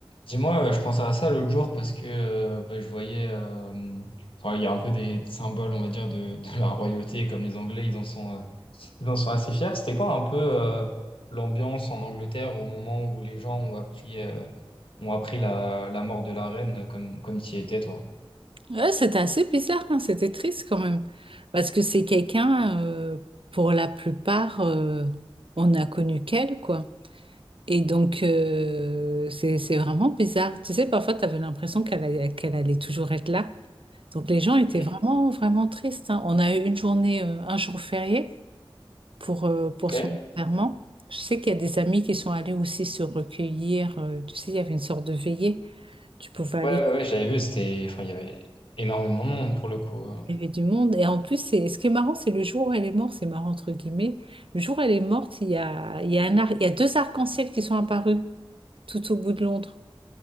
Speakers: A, on the left (about 70°); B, on the right (about 70°).
A: Dis-moi, euh, je pensais à ça l'autre jour parce que euh, bah, je voyais, euh, enfin, il y a un peu des symboles, on va dire, de, de la royauté, comme les Anglais, ils en sont, euh, ils en sont assez fiers. C'était quoi un peu euh, l'ambiance en Angleterre au moment où les gens ont appris, euh, ont appris la, la mort de la reine, euh, comme, comme tu y étais, toi?
B: Ouais, c'était assez bizarre, hein, C'était triste quand même. Parce que c'est quelqu'un, euh, pour la plupart, euh, on n'a connu qu'elle, quoi. Et donc, euh, c'est, c'est vraiment bizarre. Tu sais, parfois, tu avais l'impression qu'elle allait, qu'elle allait toujours être là. Donc, les gens étaient
A: Mm.
B: vraiment, vraiment tristes, hein. On a eu une journée, euh, un jour férié pour, euh, pour
A: Ok.
B: son
A: Ouais,
B: enterrement. Je sais qu'il y a des amis qui sont allés aussi se recueillir. euh, tu sais, il y avait une sorte de veillée. Tu pouvais aller.
A: ouais, ouais, j'avais vu, c'était, enfin, il y avait énormément de monde pour le coup. euh.
B: Il y avait du monde. Et en plus, c'est, ce qui est marrant, c'est le jour où elle est morte, c'est marrant entre guillemets. Le jour où elle est morte, il y a, il y a un ar- il y a deux arcs-en-ciel qui sont apparus tout au bout de Londres,